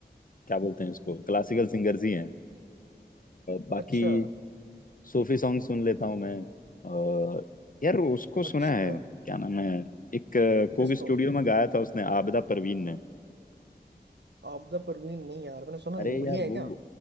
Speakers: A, on the left (about 55°); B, on the right (about 85°).
A: क्या बोलते हैं इसको क्लासिकल सिंगर्स ही हैं अ, बाकी
B: अच्छा
A: सूफी सॉन्ग सुन लेता हूँ मैं अ, यार उसको सुना
B: अच्छा
A: है क्या नाम है एक अ, कोक
B: किसको
A: स्टूडियो में गाया था उसने आबिदा परवीन ने
B: आपदा परवीन नहीं यार मैंने सुना
A: अरे
B: नहीं बढ़िया
A: यार वो
B: है क्या